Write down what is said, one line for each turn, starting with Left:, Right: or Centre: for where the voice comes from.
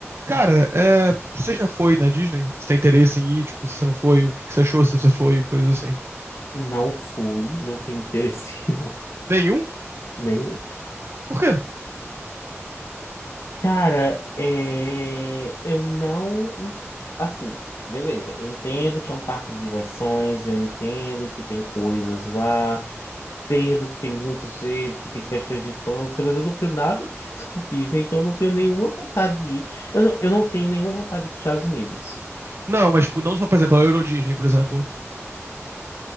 Right: Cara, é, você já foi na Disney? Você tem interesse em ir? Tipo, se você não foi, o que que você achou se você foi? Coisas assim.
Left: Não fui, não tenho interesse <laughs> não,
Right: Nenhum?
Left: nenhum.
Right: Por quê?
Left: Cara, é... eu não. Assim, beleza, eu entendo que é um parque de diversões, eu entendo que tem coisas lá, entendo que tem muita gente, que tem questões de infância, mas eu não tenho nada <laughs> disso com a Disney, então eu não tenho nenhuma vontade de ir. Eu não, eu não tenho nenhuma vontade de ir para os Estados Unidos.
Right: Não, mas, tipo, não só, por exemplo, a Euro Disney, por exemplo.